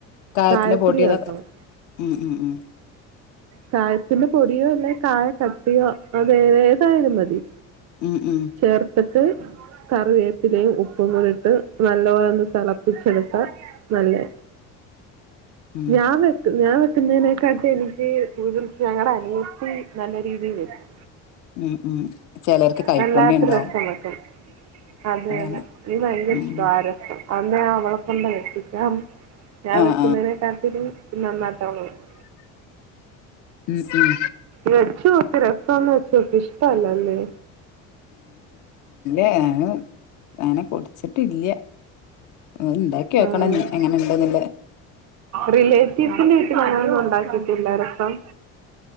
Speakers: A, on the left; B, on the right.
A: കായത്തിന്റെ
B: കായപ്പൊടി
A: പൊടി
B: ചേർക്കണം
A: അതൊക്കെ ഉം ഉം ഉം
B: കായത്തിന്റെ പൊടിയോ അല്ലെ കായ കട്ടയോ അത് ഏതായാലും മതി.
A: ഉം ഉം
B: ചേർത്തിട്ട്... കറിവേപ്പിലേയും ഉപ്പും കൂടി ഇട്ട് നല്ല പോലെ ഒന്ന് തിളപ്പിച്ചെടുത്താ... നല്ലയ,
A: ഉം
B: ഞാൻ വെക്കു ഞാൻ വെക്കുന്നതിനേക്കാട്ടി എനിക്ക്... കൂടുതൽ ഞങ്ങളുടെ അനിയത്തി നല്ല രീതിയിൽ വെക്കും.
A: ഉം ഉം, ചിലർക്ക് കൈപ്പുണ്യേം
B: വല്ലാത്ത
A: ഉണ്ടാവും.
B: രസം അതെ അതെ,
A: അതാണ്
B: എനിക്ക് ഭയങ്കര
A: ഉം
B: ഇഷ്ട ആരം. അന്ന് അവളെ കൊണ്ട വെപ്പിക്കാം ഞാൻ
A: ആഹ്
B: വെക്കുന്നതിനെ കാട്ടിലും. നന്നായിട്ട് അവൾ വെക്കും
A: ഉം ഉം
B: വച്ചോക്ക്, രസന്ന് വച്ചോക്ക്. ഇഷ്ട അല്ല ലേ?
A: ഏ ഉം. ഞാൻ കുടിച്ചിട്ടില്യ. ഉം ഇണ്ടാക്കി നോക്കണം
B: ഉം
A: എങ്ങനെ എങ്ങനെ ഉണ്ട്ന്നുള്ളത്.
B: റിലേറ്റീവ്സിന്റെ വീട്ടിൽ അങ്ങനെയൊന്നും ഉണ്ടാക്കിയിട്ടില്ല രസം?